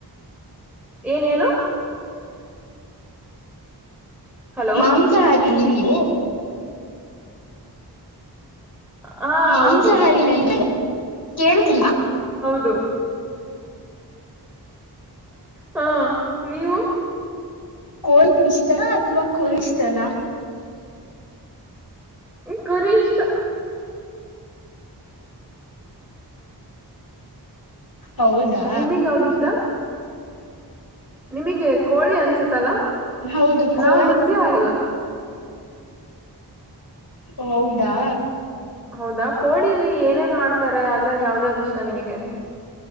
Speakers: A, in the centre; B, on the left.
A: ಏನೇನು ಹಲೋ
B: ಮಾಂಸಹಾರಿ ನೀವು
A: ಹಾ
B: ಮಾಂಸಾಹಾರಿನ
A: ಹೌದು
B: ನೀವು ಕೇಳತಿಲ್ಲ
A: ದು ಹಾ ನೀವು
B: ಕೋಲ್ ಇಷ್ಟನಾ ಅಥವಾ ಕುರಿ ಇಷ್ಟನಾ
A: ಕುರಿ ಇಷ್ಟ
B: ಹೌದಾ
A: ನಿಮಗ್ ಯಾವ್ದಿಷ್ಟ ನಿಮಗೆ ಕೋಳಿ ಅನ್ಸತ್ತಲ
B: ಹೌದು ಕೋಳಿ
A: ನಾವು ಸಸ್ಯಾಹಾರಿ
B: ಹೌದಾ
A: ಹೌದಾ ಕೋಳಿಲಿ ಏನೇನ್ ಮಾಡ್ತಾರೆ ಅದ್ರಲ್ಲಿ ಯಾವ್ದ್ಯಾವ್ದ್ ಇಷ್ಟ ನಿಮಗೆ